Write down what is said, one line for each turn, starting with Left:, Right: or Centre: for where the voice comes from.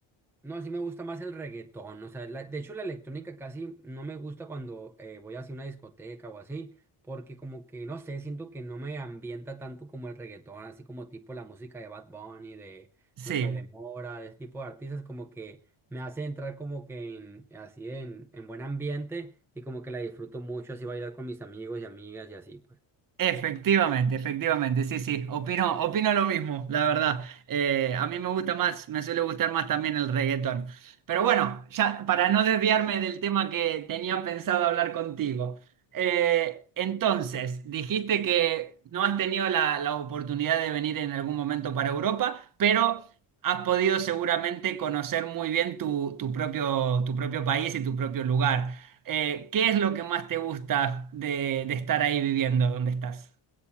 Centre: No, sí me gusta más el reggaetón, o sea, la- de hecho la electrónica casi no me gusta cuando eh, voy hacia una discoteca o así, porque como que, no sé, siento que no me ambienta tanto como el reggaetón, así como tipo la música de Bad Bunny, de,
Right: Sí.
Centre: no sé, de Mora, de ese tipo de artistas, como que me hace entrar como que en, así en, en buen ambiente y como que la disfruto mucho, así bailar con mis amigos y amigas y así, pues.
Right: Efectivamente, efectivamente, sí, sí, opino, opino lo mismo, la verdad. Eh, a mí me gusta más, me suele gustar más también el reggaetón. Pero bueno, ya para no desviarme del tema que tenía pensado hablar contigo. Eh, entonces, dijiste que no has tenido la, la oportunidad de venir en algún momento para Europa, pero has podido seguramente conocer muy bien tu, tu propio, tu propio país y tu propio lugar. Eh, ¿qué es lo que más te gusta de, de estar ahí viviendo donde estás?